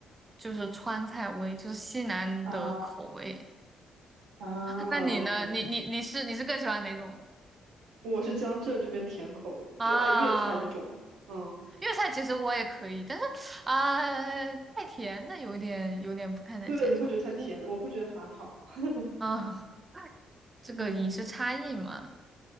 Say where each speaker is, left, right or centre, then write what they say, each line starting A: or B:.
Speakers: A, on the right (about 25°); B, on the right (about 80°).
A: 就是川菜味，就是西南的口味。
B: 啊啊，OK。
A: <laughs> 那你呢？你你你是你是更喜欢哪种
B: 我是江浙这边甜口的，
A: 啊？
B: 就爱粤菜这种。嗯，
A: 粤菜其实我也可以，但是啊、太甜的有点有点不太能接受。
B: 对，你会觉得太甜，
A: 我
B: 我会觉得还好。<laughs>
A: 啊、<laughs> 这个饮食差异嘛，
B: 嗯，